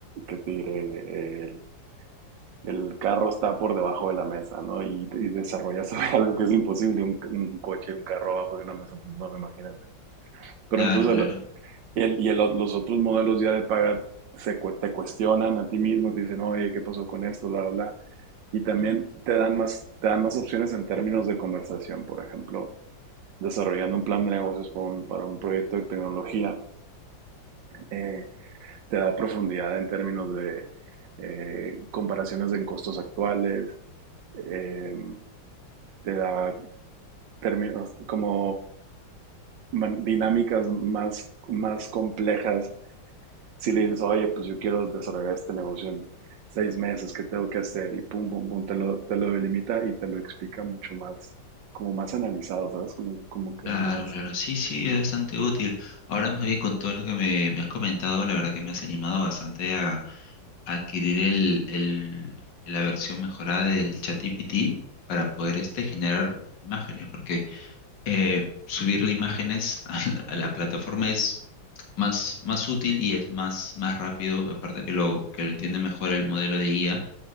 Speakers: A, on the right (about 75°); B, on the left (about 65°).
A: que te diré, el, el carro está por debajo de la mesa, ¿no? Y, y desarrollas <laughs> algo que es imposible, un, un, coche, un carro abajo de una mesa, pues no, imagínate. Pero
B: Claro,
A: entonces,
B: claro.
A: el, y el, y el ot- los otros modelos ya de paga se, cu- te cuestionan a ti mismo, te dicen, oye, ¿qué pasó con esto? Bla, bla. Y también te dan más, te dan más opciones en términos de conversación, por ejemplo desarrollando un plan de negocios para un, para un proyecto de tecnología, eh, te da profundidad en términos de eh, comparaciones en costos actuales, eh, te da términos como man- dinámicas más, más complejas. Si le dices, oye, pues yo quiero desarrollar este negocio en seis meses, ¿qué tengo que hacer? Y pum, pum, pum, te lo, te lo delimita y te lo explica mucho más, como más analizado, ¿sabes? Como, como que
B: Claro,
A: más
B: claro, sí, sí, es bastante útil. Ahora más bien con todo lo que me, me has comentado, la verdad que me has animado bastante a, a adquirir el, el- la versión mejorada del ChatGPT para poder este, generar imágenes, porque eh, subirle imágenes <laughs> a la, a la plataforma es más, más útil y es más, más rápido, aparte que lo, que lo entiende mejor el modelo de IA